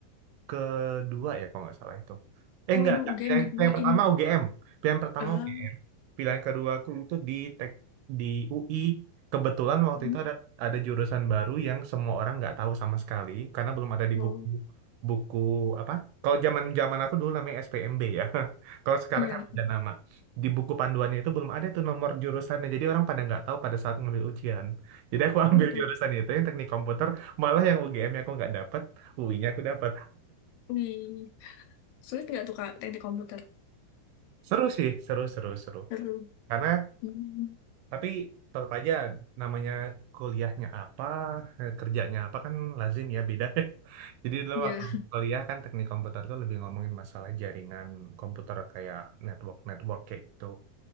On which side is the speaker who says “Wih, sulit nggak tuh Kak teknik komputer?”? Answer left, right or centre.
Left